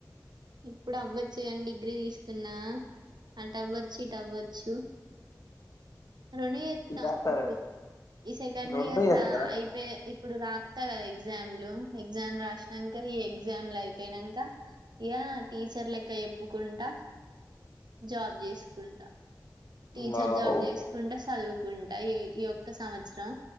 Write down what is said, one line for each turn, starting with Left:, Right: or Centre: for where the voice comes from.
Right: ఇప్పుడు అవ్వచ్చు కాని డిగ్రీ తీసుకున్నా అటు అవ్వచ్చు ఇటు అవ్వచ్చు రుణీ ఎస్తాం
Left: చేస్తారు
Right: ఇప్పుడు ఈ సెకండ్
Left: రెండు
Right: ఇయర్స్
Left: చేస్తారా
Right: అయిపోయ ఇప్పుడు రాస్తా కదా ఎగ్జామ్ లు ఎగ్జామ్ రాసాక ఈ ఎగ్జామ్లు అయిపోయినాక ఇక టీచర్ లెక్క ఎప్పుకుంటా జాబ్ చేసుకుంటా టీచర్
Left: వావ్
Right: జాబ్ చేసుకుంటే చదువుకుంటా ఈయ ఒక్క సంవత్సరం